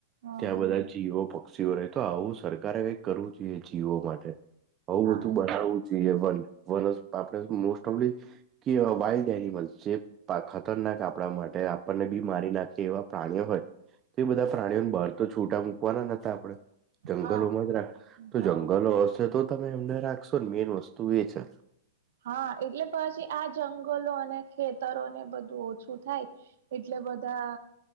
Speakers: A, on the right; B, on the right.
A: હા
B: ત્યાં
A: હા
B: બધા <inaudible> પક્ષીઓ રેતો આવું સરકારે કઈક કરવું જોઈએ જીવો માટે. અવું
A: હા
B: બધું
A: એ
B: બનાવવું જોઈએ વન વનસઆપણે મોસ્ટ ઓફલી કે વાઇલ્ડ એનિમલ છે ખતરનાક આપણા માટે આપણને બી મારી નાખી એવા પ્રાણીઓ હોય. તો એ બધા પ્રાણીઓને બહાર તો છૂટા મૂકવાના નતા આપડણે જંગલોમાં
A: હા
B: જ રાખ, તો
A: હા
B: જંગલો હશે તો તમે એમને રાખશો ને, મેન વસ્તુ એ છે.
A: હા એટલે પછી આ જંગલો અને ખેતરોને બધું ઓછું થાય એટલે બધા